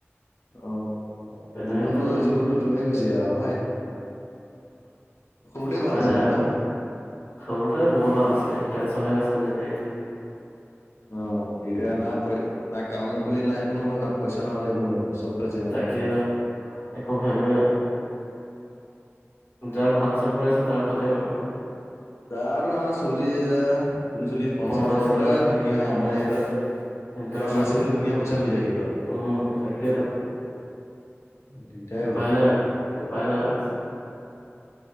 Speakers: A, on the left; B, on the left.
A: অ',
B: তেনেকে
A: জীৱনটো,
B: কথা আৰু
A: জীৱনটো কিবা হৈ গৈছে আৰু ভাই। সৰুতেই
B: উপায়
A: ভাল আছিলে
B: নাই আৰু
A: ন'?
B: সৰুতে বহুত ভাল আছিলে একো টেনচনে নাছিলে জিন্দেগীত।
A: অ', এতিয়া না না কাম নকৰিলে নাই একো নহ'ব না পইচা নহ'লে একো নহ'ব। চবফালে জেমেলা।
B: তাকেইতো একো ভেলুৱে নাই। যাৰ ভাল চাকৰি আছে তাৰ ভালেই বাৰু।
A: যাৰ তোমাৰ চল্লিশ হাজাৰ ঊনচল্লিশ পঞ্চাশ
B: পঁচাচা
A: হাজাৰ এইবিলাকে ধুনীয়া
B: উম,
A: মানে এটা পুৰা
B: সিহঁতৰ কাৰণে
A: সাঁচিবলৈ ধুনীয়া পইচা হৈ যায় সিহঁতৰ।
B: উম, তাকেইতো
A: দিকদাৰে
B: উপায়
A: হ'ল।
B: নাই উপায় নাই আৰু।